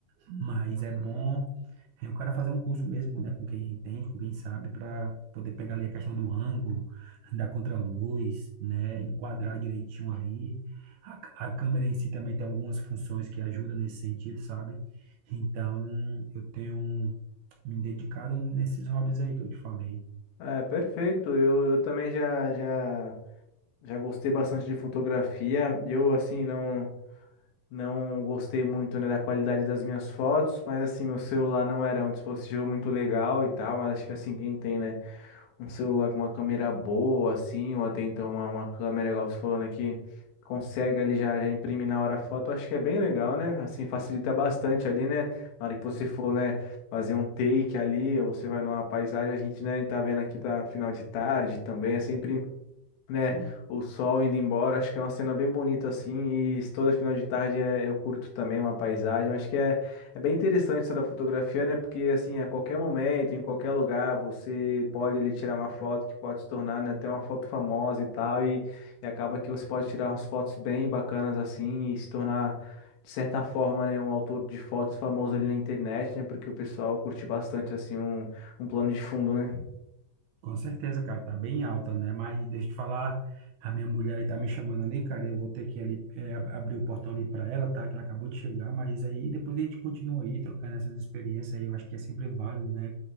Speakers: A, on the right (about 75°); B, on the left (about 90°).
A: Mas é bom é, o cara fazer um curso mesmo, né, com quem entende, com quem sabe, para poder pegar ali a questão do ângulo, da contraluz, né, enquadrar direitinho ali. A, c- a câmera em si também tem algumas funções que ajudam nesse sentido, sabe? Então, eu tenho me dedicado nesses hobbies aí que eu te falei.
B: É, perfeito. Eu, eu também já, já, já gostei bastante de fotografia. Eu, assim, não. Não gostei muito, né, da qualidade das minhas fotos, mas assim, meu celular não era um dispositivo muito legal e tal, mas acho que assim, quem tem, né, um celular com uma câmera boa, assim, ou até então uma, uma câmera, igual você falou, né, que consegue ali já, já imprimir na hora a foto, acho que é bem legal, né, assim, facilita bastante ali, né, na hora que você for, né, fazer um take ali, ou você vai numa paisagem, a gente, né, tá vendo aqui, tá final de tarde também, é sempre né?
A: Sim.
B: O sol indo embora, acho que é uma cena bem bonita assim, e toda final de tarde é, eu curto também uma paisagem, acho que é, é bem interessante essa da fotografia, né? Porque assim, a qualquer momento, em qualquer lugar, você pode ali tirar uma foto que pode se tornar, né, até uma foto famosa e tal, e, e acaba que você pode tirar umas fotos bem bacanas assim e se tornar De certa forma, né, um autor de fotos famoso ali na internet, né, porque o pessoal curte bastante, assim, um, um plano de fundo, né?
A: Com certeza, cara, tá bem alta, né? Mas deixa eu te falar, a minha mulher aí tá me chamando ali, cara. Eu vou ter que ali é, ab- abrir o portão ali pra ela, tá? Que ela acabou de chegar, mas aí depois a gente continua aí trocando essas experiências aí. Eu acho que é sempre válido, né?